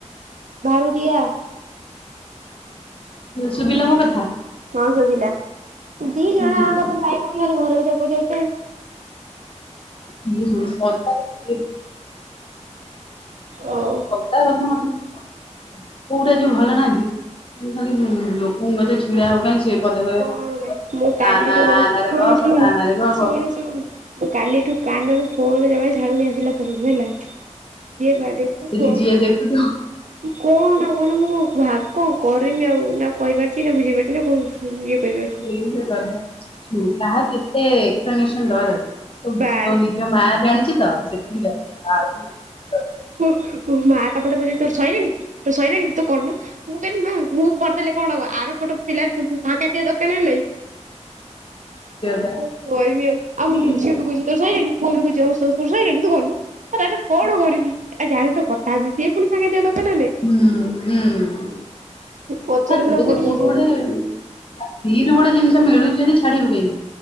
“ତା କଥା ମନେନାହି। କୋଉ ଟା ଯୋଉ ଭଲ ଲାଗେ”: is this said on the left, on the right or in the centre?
Left